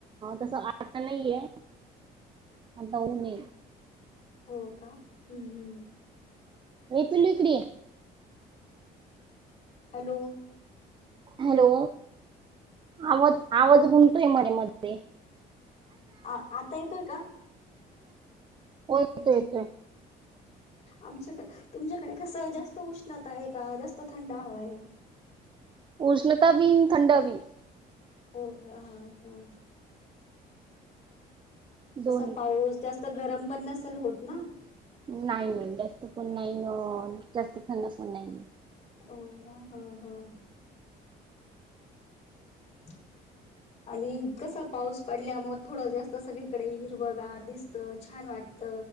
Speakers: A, on the right; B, on the left.
A: तसं आता नाहीये. आता ऊन ये.
B: हो का हम्म हम्म.
A: ए पिलू इकडे ये.
B: हॅलो.
A: हॅलो आवाज आवाज गुमतोय मध्ये मध्ये.
B: अ आता येतोय का?
A: हो येतो येतोय.
B: आमच्याक तुमच्याकडे कस जास्त उष्णता आहे का जास्त थंड हवा आहे.
A: उष्णता बी थंडा बी.
B: हो हा हा.
A: दोन्ही.
B: असं पाऊस जास्त गरम पण नसेल होत ना.
A: नाही नाही जास्त पण नाही ना जास्त थंड पण नाही.
B: हो ना हा हा. ह <inaudible> आणि इतकसा पाऊस पडल्यामुळे थोडं जास्त सगळीकडे हिरवगार दिसतं छान वाटत.